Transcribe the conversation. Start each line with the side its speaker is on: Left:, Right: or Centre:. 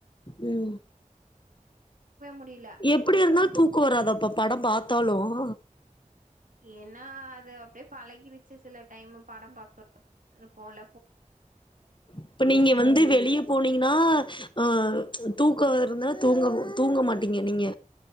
Left: ம்
Right: முடில
Left: எப்படி
Right: அப்றம்
Left: இருந்தாலும் தூக்கும் வராத அப்ப படம் பாத்தாலும்
Right: ஏன்னா அது அப்படியே பழகிருச்சு சில டைம் படம் பாக்க போல
Left: இப்ப நீங்க வந்து வெளிய போனீங்கன்னா அ தூக்கம் வருந்துனா தூங்க தூங்க மாட்டீங்க நீங்க